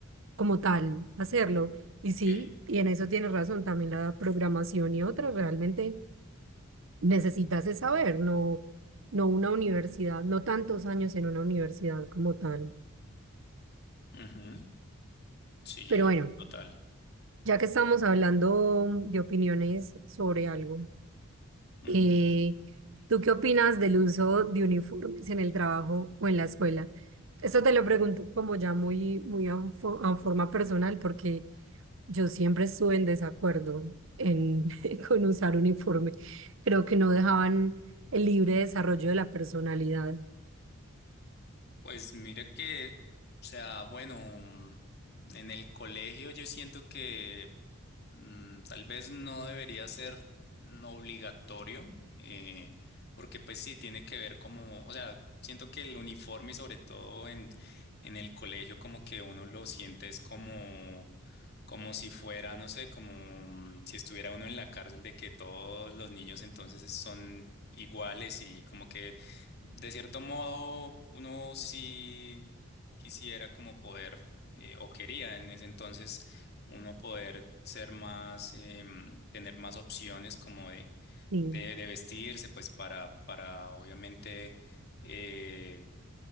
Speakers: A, on the right (about 60°); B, on the left (about 45°).
A: como tal a hacerlo. Y
B: Ok.
A: sí, y en eso tienes razón, también la programación y otras realmente necesitas es saber, no, no una universidad, no tantos años en una universidad como tal.
B: Ujú, Sí,
A: Pero bueno,
B: total.
A: Ya que estamos hablando de opiniones sobre algo,
B: Ujú.
A: eh, ¿tú qué opinas del uso de uniformes en el trabajo o en la escuela? Esto te lo pregunto como ya muy, muy a, fo- a forma personal, porque yo siempre estuve en desacuerdo en, <laughs> con usar uniforme. Creo que no dejaban el libre desarrollo de la personalidad,
B: Pues mira que, o sea, bueno, en el colegio yo siento que Mm, tal vez no debería ser mm, obligatorio, eh, porque pues sí, tiene que ver como, o sea, siento que el uniforme y sobre todo en, en el colegio como que uno lo siente es como como si fuera, no sé, como mm, si estuviera uno en la cárcel de que todos los niños entonces son iguales y como que de cierto modo uno sí quisiera como poder eh, o quería en ese entonces uno poder ser más, em, tener más opciones como de,
A: sí,
B: de, de vestirse pues para, para obviamente... eh,